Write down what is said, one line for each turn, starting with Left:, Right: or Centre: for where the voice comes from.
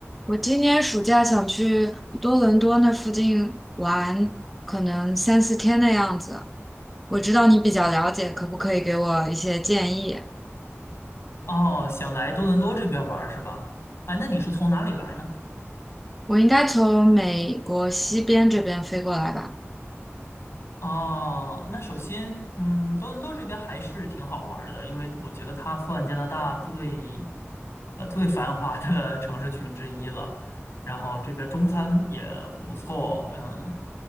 Centre: 我今年暑假想去多伦多那附近玩，可能三四天的样子。我知道你比较了解，可不可以给我一些建议？
Left: 哦，想来多伦多这边玩儿是吧？哎，那你是从哪里来呢？
Centre: 我应该从美国西边这边飞过来吧？
Left: 哦，那首先，嗯，多伦多这边还是挺好玩儿的，因为我觉得它算加拿大最，呃，最繁华的 <laughs> 城市群之一了。然后这边中餐也不错，嗯，